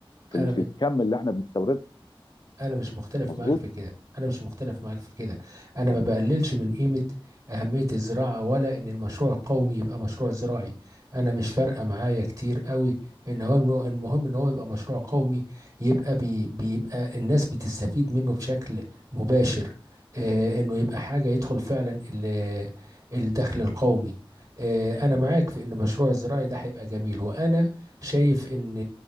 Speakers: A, on the left; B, on the right.
A: في
B: انا
A: ال- في الكم اللي احنا بنستورده
B: انا مش مختلف
A: مظبوط
B: معاك في كده انا مش مختلف معاك في كده انا ما بقللش من قيمه اهميه الزراعه ولا ان المشروع القومي يبقى مشروع زراعي انا مش فارقه معايا كتير قوي ان هو المهم ان هو يبقى مشروع قومي يبقى بي بيبقى الناس بتستفيد منه بشكل مباشر آه انه يبقى حاجه يدخل فعلا ال- الدخل القومي آه انا معاك في ان مشروع الزراعي ده هيبقى جميل وانا شايف ان